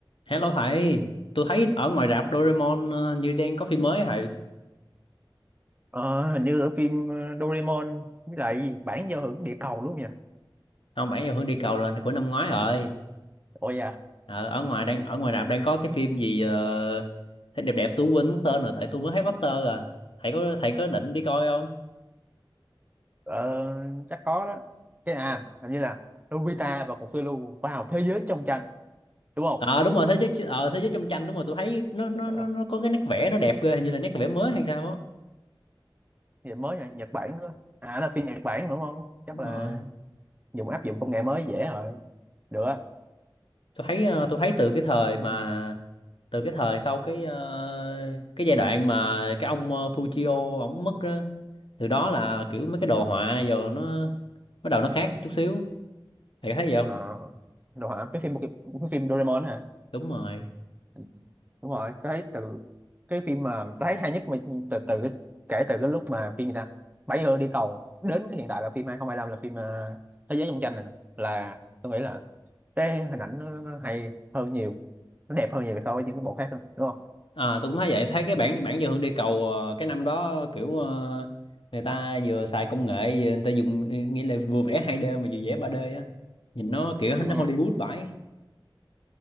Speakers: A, on the left; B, on the right.
A: Hello thầy, tôi thấy ở ngoài rạp Doraemon ờ, như đang có phim mới hả thầy.
B: Ờ, hình như ở phim ờ, Doraemon với lại cái gì, bản giao hưởng địa cầu đúng không nhỉ?
A: Không, bản giao hưởng địa cầu là của năm ngoái rồi.
B: Ôi à,
A: Ờ, ở ngoài đang ở ngoài rạp đang có cái phim gì ờ, thấy đẹp đẹp tôi quên mất tên rồi tại tôi mới thấy poster à. Thầy có thầy có định đi coi không?
B: ờ, chắc có đó. Cái à, hình như là Nobita và cục phiêu lưu vào thế giới trong tranh đúng không?
A: Ờ đúng rồi thế giới ờ, thế giới trong tranh đúng rồi tôi thấy nó nó
B: Ờ,
A: nó nó có cái nét vẽ nó đẹp ghê hình như là nét vẽ mới hay sao á.
B: vậy mới nhỉ, Nhật Bản đó. À, là phim Nhật Bản đúng không? Chắc
A: Đúng
B: là
A: rồi.
B: dùng áp dụng công nghệ mới dễ rồi. Được á.
A: tôi thấy ờ, tôi thấy từ cái thời mà từ cái thời sau cái ờ, cái giai đoạn mà cái ông uh, Fujio ổng mất đó, từ đó là kiểu mấy cái đồ họa giờ nó bắt đầu nó khác chút xíu thì thấy gì không
B: Ờ, đồ hả? Cái phim cái phim Doraemon hả?
A: đúng rồi
B: Ừ, đúng rồi tôi thấy từ cái phim mà tôi thấy hay nhất mà từ từ cái, kể từ cái lúc mà phim gì ta bảy hươu đi cầu đến cái hiện tại là phim 2025 là phim ờ, thế giới trong tranh này nè. là tôi nghĩ là cái hình ảnh nó, nó hay hơn nhiều nó đẹp hơn nhiều so với những cái bộ khác nữa đúng không
A: à tôi cũng thấy vậy thấy cái bản bản dự hưởng địa cầu ờ, cái năm đó kiểu ờ, người ta vừa xài công nghệ vừa người ta dùng nghĩa là vừa vẽ hai d mà vừa vẽ ba d á nhìn nó kiểu nó
B: Ừ.
A: Hollywood vãi